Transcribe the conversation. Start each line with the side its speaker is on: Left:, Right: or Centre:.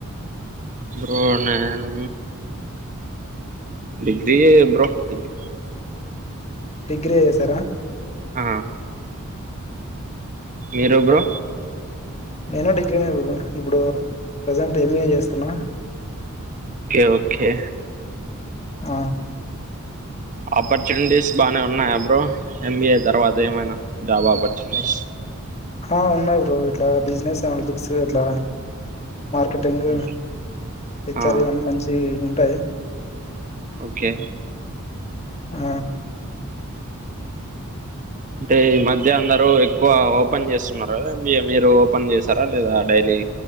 Right: బ్రో నేను డిగ్రీ ఎ బ్రో డిగ్
Left: డిగ్రీ ఎసారా
Right: ఆ మీరు బ్రో
Left: నేన డిగ్రీనే బ్రో ఇప్పుడు ప్రజెంట్ ఎంబిఏ చేస్తున్నా
Right: కె ఒకే
Left: ఆ
Right: ఆపర్చునిటీస్ బానే ఉన్నాయా బ్రో ఎంబీఏ తర్వాత ఏమైనా జాబ్ ఆపర్చునిటీస్
Left: ఆ ఉన్నాయి బ్రో ఇట్లా బిజినెస్ అనల్టిక్స్ ఇట్ల మార్కెటింగ్,
Right: ఓకే
Left: హెచ్ఆర్
Right: ఆ
Left: ఇవన్ని మంచీ ంటే
Right: ఓకే
Left: ఆ
Right: అంటే ఈ మధ్య అందరు ఎక్కువ ఓపెన్ చేస్తున్నార కదా ఎంబిఏ మీరు ఓపెన్ చేసారా లేదా డైలీ